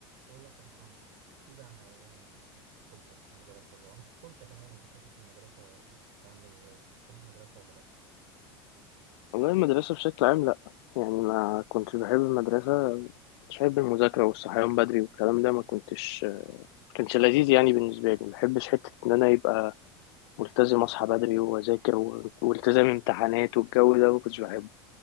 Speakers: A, on the right (about 70°); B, on the left (about 75°).
A: بقول لك يا محمد احكي لي عن ايام آه، طفولتك في المدرسه بقى أو مش طفولتك انا عموما ذكرتك في المدرسه كانت عامله ازاي بتحب المدرسه ولا لا
B: والله المدرسة بشكل عام لأ يعني ما كنتش بحب المدرسة كنتش بحب المذاكرة والصحيان بدري والكلام ده ما كنتش كانش لذيذ يعني بالنسبة لي ما بحبش حتة إن أنا يبقى ملتزم أصحى بدري وأذاكر و- والتزام امتحانات والجو ده ما كنتش بحبه